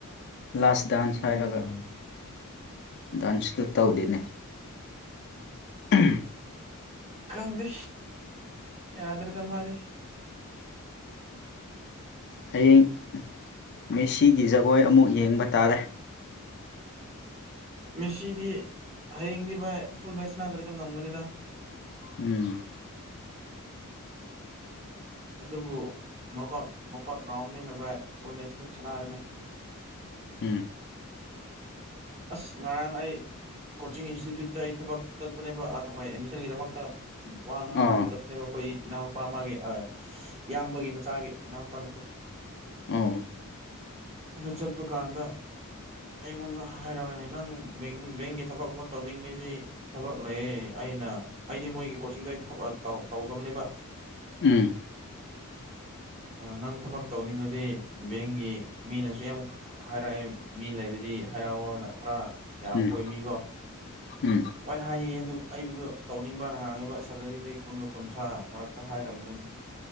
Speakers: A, on the left; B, on the right.
A: ꯂꯥꯁ ꯗꯥꯟꯁ
B: ꯎꯝ
A: ꯍꯥꯏꯔꯒ ꯗꯥꯟꯁꯇ ꯇꯧꯗꯦꯅꯦ ꯎꯝ
B: ꯈꯪꯗꯦ ꯌꯥꯗ꯭ꯔꯦꯗ ꯃꯥꯅꯤ
A: ꯍꯌꯦꯡ ꯃꯦꯁꯤꯒꯤ ꯖꯒꯣꯏ ꯑꯃꯨꯛ ꯌꯦꯡꯕ ꯇꯥꯔꯦ
B: ꯃꯦꯁꯤꯗꯤ ꯍꯌꯦꯡꯗꯤ ꯚꯥꯏ ꯐꯨꯜ ꯃꯦꯁ ꯅꯥꯗ꯭ꯔꯁꯨ ꯉꯝꯒꯅꯤꯗ
A: ꯎꯝ
B: ꯑꯗꯨꯕꯨ ꯅꯣꯛꯥꯎꯠ ꯅꯣꯀꯠ ꯔꯥꯎꯟꯃꯤꯟꯅꯕ ꯐꯨꯜꯃꯦꯁꯤ ꯑꯗꯨꯝ ꯁꯥꯟꯅꯔꯅꯤ
A: ꯎꯝ
B: ꯑꯁ ꯉꯔꯥꯡ ꯑꯩ ꯀꯣꯆꯤꯡ ꯏꯟꯁꯇꯤꯇ꯭ꯌꯨꯠꯇ ꯑꯩ ꯊꯕꯛ ꯆꯠꯄꯅꯦꯕ ꯊꯛ ꯑꯦꯗꯃꯤꯁꯟꯒꯤꯗꯃꯛꯇ ꯎ ꯋꯥ ꯉꯥꯡꯅꯕ
A: ꯑꯥ
B: ꯆꯠꯄꯅꯦꯕ ꯑꯩꯈꯣꯏ ꯏꯅꯥꯎꯅꯨꯄꯥ ꯃꯥꯒꯤ ꯏꯌꯥꯝꯕꯒꯤ ꯃꯆꯥꯒꯤ ꯏꯅꯥꯎꯅꯨꯄꯥ ꯅꯠꯇꯦ
A: ꯑ
B: ꯑꯗ ꯆꯠꯄ ꯀꯥꯟꯗ ꯑꯩꯉꯣꯟꯗ ꯍꯥꯏꯔꯛꯑꯅꯦ ꯅꯪ ꯕꯦꯡꯒꯤ ꯊꯕꯛꯀꯨꯝꯕ ꯇꯧꯅꯤꯡꯕꯗꯤ ꯊꯕꯛ ꯂꯩꯌꯦ ꯑꯩꯅ ꯑꯩꯗꯤ ꯃꯣꯏꯒꯤ ꯀꯣꯆꯤꯡꯗ ꯇꯧꯗꯕꯅꯦꯕ
A: ꯎꯝ
B: ꯅꯪ ꯊꯕꯛ ꯇꯧꯅꯤꯡꯕꯗꯤ ꯕꯦꯡꯒꯤ ꯃꯤꯅꯁꯨ ꯌꯥꯝ ꯍꯥꯏꯔꯛꯑꯦ ꯃꯤ ꯂꯩꯔꯗꯤ ꯍꯥꯏꯔꯛꯑꯣꯅ ꯈꯔ ꯌꯥꯕ
A: ꯎꯝ
B: ꯈꯣ ꯃꯤꯀꯣ
A: ꯎꯝ
B: ꯂꯥꯏꯅ ꯍꯥꯏꯌꯦ ꯑꯗꯨ ꯑꯩꯕꯨꯗꯨ ꯇꯧꯅꯤꯡꯕ꯭ꯔ ꯅꯍꯥꯡꯉꯕ ꯁꯦꯂꯔꯤꯗꯤ ꯀꯨꯟꯒ ꯀꯨꯟꯊ꯭ꯔꯥ ꯃꯔꯛꯇ ꯍꯥꯏꯔꯝꯕꯅꯤꯅ ꯦ